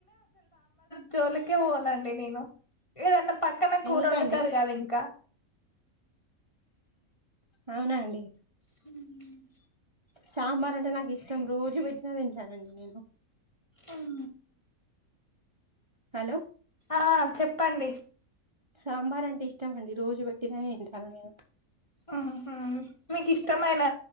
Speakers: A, on the left; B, on the right.
A: దోలి కే పోనండి నేను ఏదన్నా పక్కన కూర
B: ఎందుకండి
A: వండుతారు కదా ఇంకా
B: అవునా అండి
A: <unintelligible>
B: సాంబార్ అంటే నాకు ఇష్టం రోజూ పెట్టినా తింటానండి నేను
A: అం
B: హలో
A: ఆ చెప్పండి
B: సాంబార్ అంటే ఇష్టం అండి రోజు పెట్టిన తింటాను నేను
A: ఆహా మీకిష్టమైన